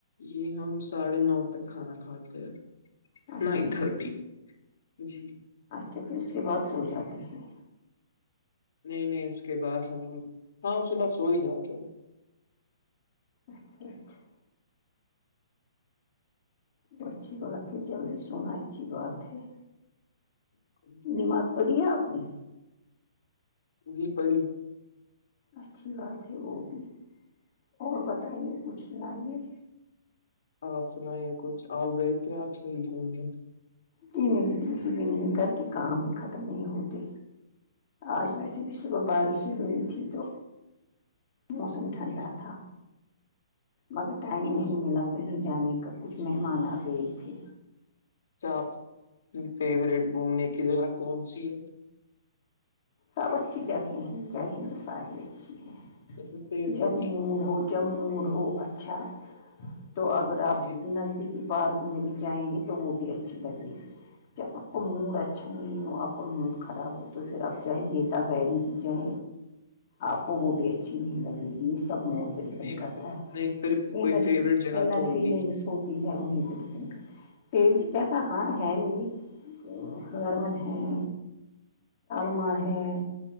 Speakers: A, on the left; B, on the left.
A: یہ ہم ساڑھے نو تک کھانا کھاتے ہیں
B: اچھا
A: نائن تھرٹی- جی
B: اچھا پھر اس کے بعد سو جاتے ہیں-
A: نہیں- نہیں اس کے بعد ہم ہاں اس کے بعد سو ہی جاتے-
B: اچھا- اچھا وہ اچھی بات ہے جلدی سنا اچھی بات ہے-
A: ہیں
B: نماز پڑھییا اپنی
A: گ پڑی
B: اچھی بات ہے وہ بھی اور بتائیے کچھ سنائیے-
A: آپ سنائیے کچھ آؤ گئے تھے آج کہی گھومنے
B: جی نہیں بالکل بھی نہیں گھر کے کام ہی ختم نہیں ہوتے آج ویسے بھی صبح بارشیں ہوئی تھی تو موسم ٹھنڈا
A: اچھا
B: تھا مگر ٹائم
A: اچھا
B: نہیں ملا تھا کہیں جانے کا کچھ مہمان آ گئے تھے
A: کیا آپ کی فیوریٹ گھومنے کی جگہ کون سی ہے
B: سب اچھی جگہ ہیں جگہیں تو ساری اچھی ہے
A: اپنی فیوریٹ
B: جب م ج موڈ ہو اچھا تو اگر آپ
A: جی
B: نزدیک کہ پارک میں بھی جائیں گے تو وہ بھی اچھی لگے گی جب آپ کا موڈ اچھا نہیں ہو آپ کا موڈ خراب ہو تو پھر آپ چاہے بیتا ویلی جیں آپ کو وہ بھی اچھی نہیں لگے گی یہ سب موڈ پہ ڈیپینڈ
A: نہیں پھر-
B: کرتا ہے
A: نہیں پھر بھی کوئی
B: ان
A: فیوریٹ جگہ
B: انر
A: تو ہوگی
B: فیلنگس ہوتی ہے انیں پہ ڈیپینڈ کرتا ہے ٹیچاہ تو ہاں ہے میز ہارمن ہیں مار ہے